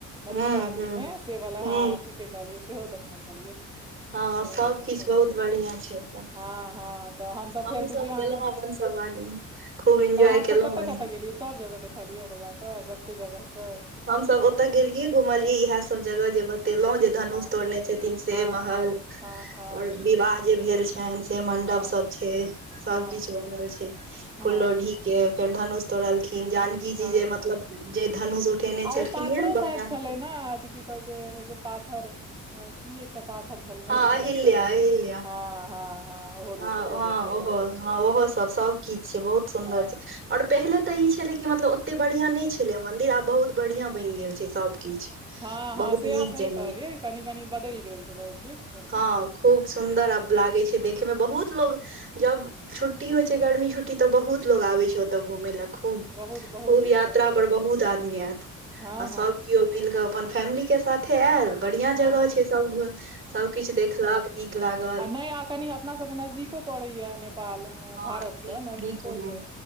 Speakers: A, on the right; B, on the right.
A: मधुश्रावणी
B: हूं हूं
A: में से बला
B: हूं
A: हँ ठीके कहलियै सेहो देखने छलियै। सेहो
B: हँ सब
A: देखने
B: किछ
A: छलियै
B: बहुत बढ़ियां छै ओतऽ
A: हँ हँ तऽ हमसब
B: हमहुँ
A: फेर
B: सब
A: बुझियौ अहाँके
B: गेलौं अपन सब आदमी खूब एन्जॉय
A: तऽ अहाँ सब
B: केलौं
A: कतऽ
B: बढ़ियां
A: कत गेलियै सब जगह देखलियै ओत जा क? जगह छैय।
B: हमसब ओतय गेलियै घुमलियै इएह सब जगह जे बतेलहुँ जे धनुष
A: हँ
B: तोड़ने छथिन से
A: हँ
B: महल
A: हँ हँ हँ
B: और विवाह जे भेल छैन से मंडप
A: हँ
B: सब छैय सब
A: हँ
B: किछ बनल छैय
A: हँ
B: फुल लोढ़ी के फेर धनुष तोड़लखिन जानकी
A: हँ
B: जी जे मतलब जे धनुष उठेने
A: आ
B: छलखिन
A: ओ पाथरो
B: ये बायां
A: शायद छलै
B: हाथे
A: ने अथी की कहे छैय ओ जे पाथर की एकटा पाथर छल
B: हँ
A: नहि ध्यान
B: अहिल्या
A: ह हमरा
B: अहिल्या
A: हँ हँ हँ ओहो देख
B: हँ
A: ओहो
B: हँ
A: देखने छलियै
B: ओहो हँ ओहो सब सब किछ छैय बहुत सुन्दर
A: हँ
B: छैय। और पहिले तऽ ई छलै कि मतलब ओतेक बढ़िआँ नहि छलै मन्दिर आब बहुत बढ़िआँ बैन गेल छैय सभ किछ।
A: हँ हँ
B: बहुत
A: से
B: नीक
A: अहाँ सही
B: जेना
A: कहलियै कनि कनि बदैल गेल छैय बहुत किछ।
B: हँ खूब सुन्दर अब लागै छैय। देखे मे बहुत लोग जब छुट्टी होइ छैय गर्मी छुट्टी तब बहुत लोग आबै छैय ओत घुम लए। खूब
A: बहुत
B: खूब
A: बहुत लोग
B: यात्रा
A: बहुत लोग
B: पर बहुत आदमी आयत
A: हँ
B: आ
A: हँ
B: सब केओ मिलके अपन फैमिली के साथे आयल बढ़िया
A: हँ
B: जगह छैय सब घुम सबकिछु देखलक नीक लागल।
A: <unintelligible> कनी <unintelligible> अपना सबके नजदीको परैया नेपाल।
B: हँ
A: भारतसे
B: कनि
A: नजदीको छैय
B: मे